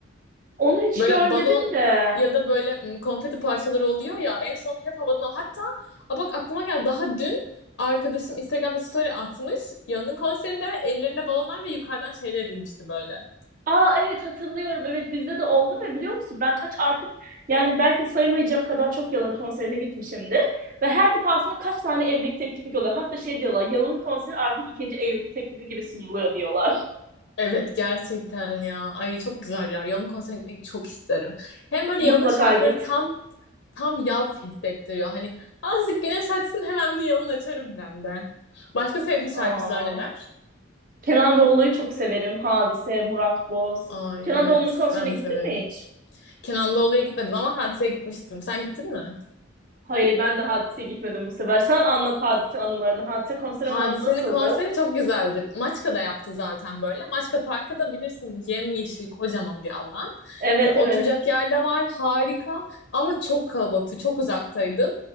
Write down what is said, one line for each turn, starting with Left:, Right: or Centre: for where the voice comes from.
Right: Onu hiç
Left: Böyle
Right: görmedim
Left: balon
Right: de.
Left: ya da böyle m, konfeti parçaları oluyor ya en son hep havadan o. Hatta a bak aklıma geldi daha dün arkadaşım Instagram'da story atmış. Yanın konserinde ellerinde balonlar ve yukarıdan şeyler inmişti böyle.
Right: Aa evet hatırlıyorum. Evet bizde de oldu ve biliyor musun ben kaç artık yani belki sayamayacağım kadar çok Yalın konserine gitmişimdir. Ve her defasında kaç tane evlilik teklifi görüyorlar. Hatta şey diyorlar Yalın konseri artık ikinci evlilik teklifi gibi sunuluyor diyorlar.
Left: Evet gerçekten ya. Ay çok güzel ya. Yalın konserine gitmeyi çok isterim. Hem böyle
Right: <laughs> Mutlaka
Left: Yalın'ın şarkıları
Right: git.
Left: tam tam yaz hissettiriyor. Hani azıcık güneş açsın hemen bir Yalın açarım ben de. Başka sevdiğin şarkıcılar
Right: Aa,
Left: neler?
Right: Kenan Doğulu'yu çok severim. Hadise, Murat Boz.
Left: Ay
Right: Kenan
Left: evet
Right: Doğulu'nun konserine
Left: ben de
Right: gittin
Left: severim.
Right: mi hiç?
Left: Kenan Doğulu'ya gitmedim ama Hatice'ye gitmiştim. Sen gittin mi?
Right: Hayır ben de Hadise'ye gitmedim bu sefer. Sen anlat Hadise anılarını. Hadise konser
Left: Hadise'nin
Right: alanı nasıldı?
Left: konseri çok güzeldi. Maçka'da yaptı zaten böyle. Maçka Park'ta da bilirsin yemyeşil kocaman bir alan.
Right: Evet
Left: Ve oturacak
Right: evet.
Left: yerde var harika ama çok kalabalıktı, çok uzaktaydım.